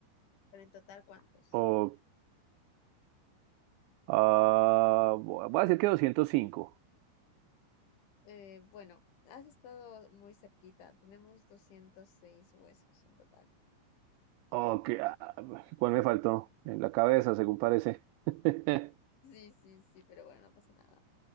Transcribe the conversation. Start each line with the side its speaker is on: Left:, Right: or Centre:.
Left: Pero en total, ¿cuántos?
Right: o ah, voy a decir que 205.
Left: Eh, bueno, has estado muy cerquita. Tenemos 206 huesos en total.
Right: Ok, ah, ¿cuál me faltó? En la cabeza, según parece. <laughs>
Left: Sí, sí, sí, pero bueno, no pasa nada.